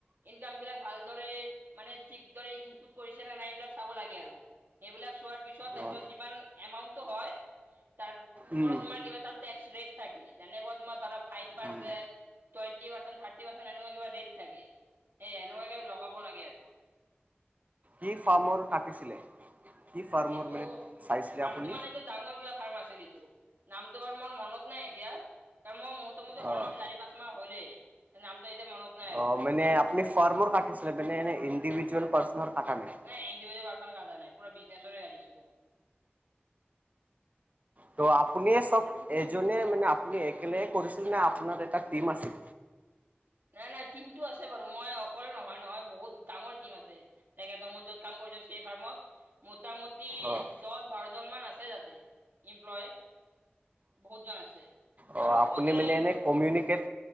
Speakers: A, on the right (about 60°); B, on the right (about 40°).
A: ইনকামবিলাক ভালদৰে মানে ঠিক দৰে ইনপুট কৰিছেনে নাই এইবিলাক চাব লাগে আৰু। সেইবিলাক চোৱাৰ পিছত তাৰপিছত
B: অ'
A: যিমান এমাউন্টটো হয়? তাৰ ওপৰত
B: উম,
A: তোমাৰ কিবা এটা ৰেট থাকে! যেনেকুৱা তোমাৰ ধৰা ফাইভ Percent
B: উম।
A: twenty percent thirty percent এনেকুৱা কিবা ৰেট থাকে! সেই এনেকুৱা কিবা লগাব লাগে আৰু।
B: ই ফাৰ্মৰ কাটিছিলে! ই ফাৰ্মৰ
A: এইটো
B: মানে চাইছিলে
A: ফাৰ্মটো
B: আপুনি?
A: মানে এইটো ডাঙৰ কিবা ফাৰ্মাচি কিন্তু নামটো বাৰু মোৰ মনত নাই এতিয়া। কাৰণ মোৰ <unintelligible>
B: অ'।
A: পাঁচ মাহ হ'লেই, নামটো এতিয়া মনত নাই আৰু
B: অহ' মানে আপুনি ফাৰ্মৰ কাটিছিলে মানে এ ইণ্ডিভিজুৱেল পাৰ্চ কটা নায়।
A: নাই ইণ্ডিভিজুৱেল পাৰ্চৰ কাটা নাই, পুৰা বিষ্ণেচৰে কাটিয়ে।
B: ত' আপুনিয়ে চব এজনে মানে আপুনি একেলগে কৰিছিলনে আপোনাৰ এটা টিম আছিল?
A: নাই নাই টিমতটো আছে বাৰু। মই অকলে নহয় নহয় বহুত ডাঙৰ টিম আছে। তাকেটো মোৰ য'ত কাম কৰিছোঁ ষ্টেফাৰ্মত মতামত মতামতি
B: অ',
A: দহ বাৰজন মান আছে তাতে, এমপ্লয়, বহুতজন আছে।
B: অহ,
A: আৰু
B: আপুনি
A: বহুতৰে
B: মানে এনেই কমিউনিকেট